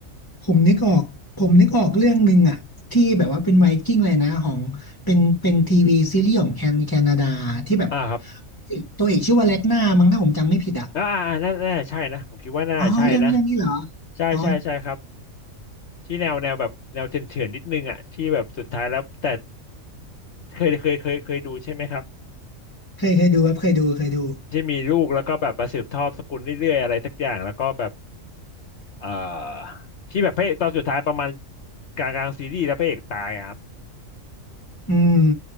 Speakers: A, on the left; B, on the left.
A: ผมนึกออกผมนึกออกเรื่องหนึ่งอะที่แบบว่าเป็นไวกิ้งเลยนะของเป็นเป็นทีวีซีรีส์ของแคนแคนาดาที่แบบ
B: อ่าครับ
A: ตัวเอกชื่อว่าแล็กนามั้งถ้าผมจำไม่ผิดอะ
B: อ่าอ่าอ่าน่าน่าใช่นะผมคิดว่าน่าใช่นะ
A: อ๋อเรื่องเรื่องนี้เหรอ
B: ใช่ใช่ใช่ครับ
A: อ๋อ
B: ที่แนวแนวแบบแนวเถื่อนๆนิดนึงอ่ะที่แบบสุดท้ายแล้วแต่เคยเคยเคยเคยดูใช่ไหมครับ
A: เคยเคยดูครับเคยดูเคยดู
B: ที่มีลูกแล้วก็แบบมาสืบทอดสกุลเรื่อยๆอะไรสักอย่างแล้วก็แบบ เอ่อที่แบบพระเอกตอนสุดท้ายประมาณกลางกลางซีรีส์แล้วพระเอกตายอ่ะครับ
A: อืม